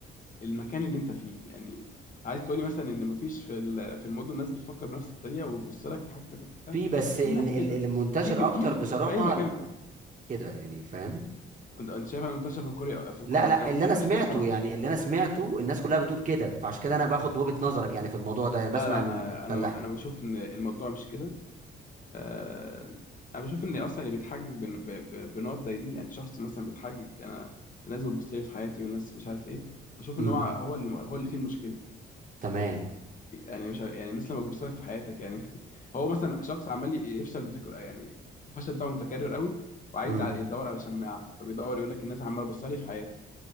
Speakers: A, on the left (about 40°); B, on the right (about 40°).
A: المكان اللي انت فيه يعني عايز تقولي مثلا ان مفيش في ال- في المدن ناس بتفكر بنفس الطريقه وبتبص لك في حاجتك وبتاع
B: في بس
A: في
B: ال-
A: ناس
B: ال-
A: كده
B: المنتشر
A: في في
B: اكتر
A: في,
B: بصراحة
A: في اي مكان
B: ال- كده يعني فاهم
A: انت أنت شايفها منتشره في الكوره في الكوره
B: لا لا
A: اكتر أنا
B: اللي
A: ما بشوفهاش
B: انا سمعته
A: كده بصراحه
B: يعني اللي انا سمعته الناس كلها بتقول كده فعشان كده انا باخد وجهة نظرك يعني في الموضوع ده يعني بسمع
A: لا لا
B: عن
A: انا
B: الفلاح
A: انا انا بشوف ان الموضوع مش كده آه، انا بشوف ان اصلا اللي بيتحجج بن- ب- ب- بنقط زي دي يعني شخص مثلا بيتحجج انا الناس بتبص لي في حياتي والناس مش عارف ايه بشوف
B: امم
A: ان هو هو اللي هو اللي فيه المشكله
B: تمام
A: يعني مش ع- يعني الناس لما بتبص لك في حياتك يعني <laughs> هو مثلا شخص عمال يفشل بتكرار يعني الفشل بتاعه متكرر قوي وعايز
B: امم
A: ع- يدور على شماعه فبيدور يقول لك الناس عماله تبص لي في حياتي